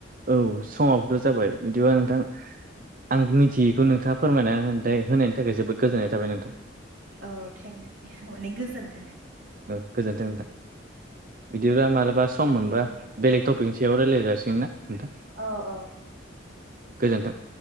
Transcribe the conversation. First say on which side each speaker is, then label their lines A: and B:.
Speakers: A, on the right; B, on the right.
A: औ समावबोथ' जाबाय बिदिबा नोंथां आं मिथियो। बेखौ नोंथाङा फोरमायनानैथाय होनायनि थाखाय जोबोद गोजोननाय जाबाय नोंथां।
B: औ थें माने गोजोन्थों।
A: औ गोजोन्थों नोथां बिदिब मालाबा सम मोनबा बेलेग टपिकनि सायाव रायज्लाय जासिगोन ना नोंथां।
B: औ औ।
A: गोजोन्थों